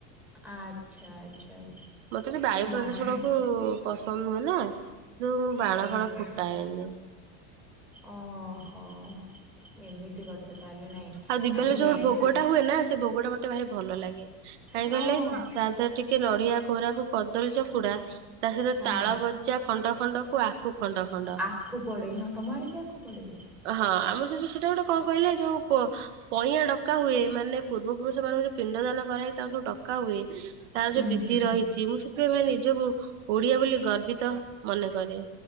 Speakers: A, in the centre; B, on the right (about 85°).
A: ଆଚ୍ଛା ଆଚ୍ଛା।
B: ମତେ ବି ବାୟୁ
A: ତାହେଲେ
B: ପ୍ରଦୂଷଣ
A: ବାଣ ଫାଣ
B: କୁ ପସନ୍ଦ ନୁହେଁ ନା ଯଉ ମୁଁ ବାଣ
A: ଆରେରେ
B: ଫାଣ ଫୁଟାଏନି।
A: ଓହୋ ଏମିତି କଥା ତାଳେ ନାଇଁ
B: ଆଉ ଦିବାଲି
A: ନାଇଁ
B: ଯଉୋଟେ
A: ଯାଇକି
B: ଭୋଗଟା
A: ଦେଖି
B: ହୁଏ ନା ସେ ଭୋଗ ଟା ମତେ ଭାରି ଭଲ ଲାଗେ। କାହିଁ
A: ହଁ
B: କହଲେ ତା ଦେହରେ ଟିକେ ନଡ଼ିଆ କୋରାକୁ କଦଳୀ ଚକୁଡା ତା ସହିତ
A: ହଁ
B: ତାଳ ଗଜା ଖଣ୍ଡ ଖଣ୍ଡ କୁ ଆଖୁ ଖଣ୍ଡ ଖଣ୍ଡ
A: ଆଖୁ ପଡେ ତୁମ ଆଡେ ବି ଆଖୁ ପଡେ?
B: ହଁ ଆମ ସେହିତ ସେଇଟା ଗୋଟେ କଣ କହିଲା ଯୋଉ ପଇଁ ଡକା ହୁଏ ମାନେ ପୂର୍ବ ପୁରୁଷ ମାନଙ୍କୁ ଯୋଉ ପିଣ୍ଡ ଦାନ କରାହେଇଏ ତାର ସବୁ ଡକା ହୁଏ ତାର
A: ହୁଁ
B: ଯୋଉ ବିଧି
A: ହୁଁ
B: ରହିଛି
A: ହୁଁ
B: ମୁଁ ସେଥିପାଇଁ ଭାଇ ନିଜକୁ ଓଡିଆ ବୋଲି ଗର୍ବିତ ମନେକରେ।